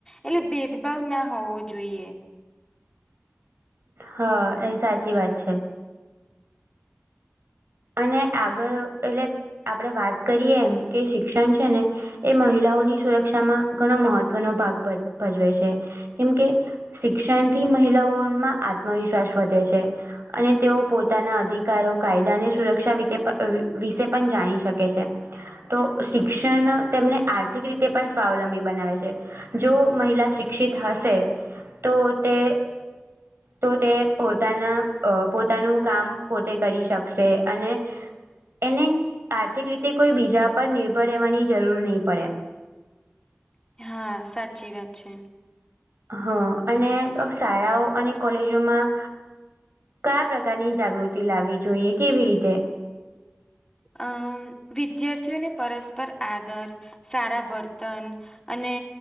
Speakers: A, on the left (about 15°); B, on the right (about 85°).
A: એટલે ભેદભાવ ના હોવો જોઈએ.
B: હા એ સાચી વાત છે. અને આગળ એટલે આપડે વાત કરીએ એમ કે શિક્ષણ છે ને એ મહિલાઓની સુરક્ષામાં ઘણો મહત્વનો ભાગ ભજવે છે કેમ કે શિક્ષણ થી મહિલાઓમાં આત્મવિશ્વાસ વધે છે અને તેઓ પોતાના અધિકારો કાયદા ને. સુરક્ષા વિશે પણ જાણી શકે છે. તો શિક્ષણ તેમને આર્થિક રીતે પણ સ્વાવલંબી બનાવે છે. જો મહિલા શિક્ષિત હશે તો તે તો તે પોતાના પોતાનું કામ પોતે કરી શકશે છે અને એને આર્થિક રીતે કોઈ બીજા પર નિર્ભર રહેવાની જરૂર નહીં પડે
A: હા સાચી વાત છે
B: હા અને શાળાઓ અને કોલેજોમાં કયા પ્રકારની જાગૃતિ લાવવી જોઈએ કેવી રીતે.
A: અમ વિદ્યાર્થીઓને પરસ્પર આદર સારા વર્તન. અને